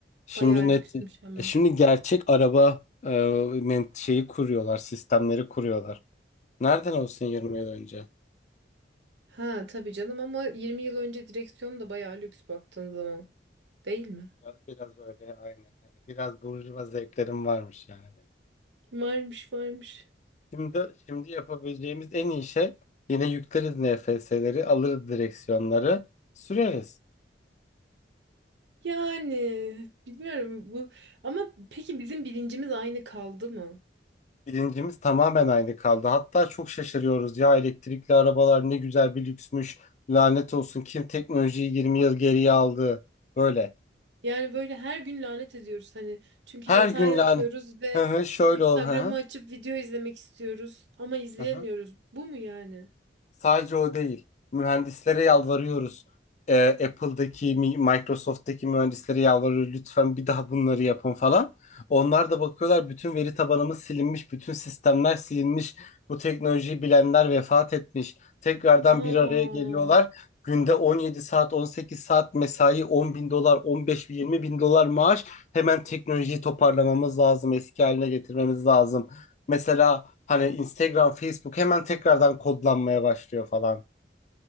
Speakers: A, on the left (about 40°); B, on the right (about 85°).
A: Şimdi
B: Bayağı
A: net.
B: lüksmüş ama.
A: e, Şimdi gerçek araba e, men- şeyi kuruyorlar. Sistemleri kuruyorlar. Nereden olsun 20 yıl önce?
B: Ha tabii canım ama 20 yıl önce direksiyon da bayağı lüks baktığın zaman. Değil mi?
A: Biraz, biraz öyle aynen. Hani biraz burjuva zevklerim varmış yani. benim.
B: Varmış varmış.
A: Şimdi, şimdi yapabileceğimiz en iyi şey yine yükleriz NFS'leri, alırız direksiyonları, süreriz.
B: Yani bilmiyorum bu ama peki bizim bilincimiz aynı kaldı mı?
A: Bilincimiz tamamen aynı kaldı. Hatta çok şaşırıyoruz. Ya elektrikli arabalar ne güzel bir lüksmüş. Lanet olsun kim teknolojiyi 20 yıl geriye aldı. Böyle.
B: Yani böyle her gün lanet ediyoruz hani çünkü
A: Her
B: yatağa
A: gün
B: yatıyoruz
A: lan.
B: ve
A: Hı hı şöyle
B: Instagram'ı
A: ol. Hı hı.
B: açıp video izlemek istiyoruz ama izleyemiyoruz.
A: Hı hı.
B: Bu mu yani?
A: Sadece o değil. Mühendislere yalvarıyoruz. Ee, Apple'daki, Mi- Microsoft'taki mühendislere yalvarıyoruz. Lütfen bir daha bunları yapın falan. Onlar da bakıyorlar bütün veri tabanımız silinmiş, bütün sistemler silinmiş. Bu teknolojiyi bilenler vefat etmiş. Tekrardan
B: Aa.
A: bir araya geliyorlar. Günde 17 saat, 18 saat mesai, 10 bin dolar, 15 bin, 20 bin dolar maaş. Hemen teknolojiyi toparlamamız lazım, eski haline getirmemiz lazım. Mesela hani Instagram, Facebook hemen tekrardan kodlanmaya başlıyor falan.